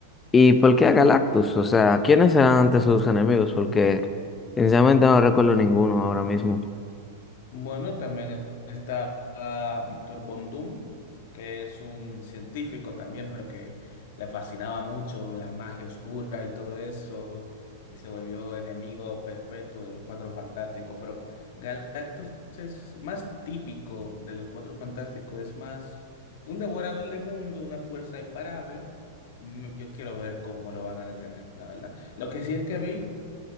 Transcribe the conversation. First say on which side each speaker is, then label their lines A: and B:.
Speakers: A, on the left (about 20°); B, on the left (about 65°).
A: ¿Y por qué a Galactus? O sea, ¿quiénes eran antes sus enemigos? Porque sinceramente no recuerdo ninguno ahora mismo.
B: Bueno, también está ah, Víctor Von Doom, que es un científico también, pero que le fascinaba mucho la magia oscura y todo eso, y se volvió enemigo perpetuo de los Cuatro Fantásticos. Pero Galactus es más típico de los Cuatro Fantásticos, es más un devorador de mundo, una fuerza imparable. Mm, Yo quiero ver cómo lo van a detener, la verdad. Lo que sí es que vi.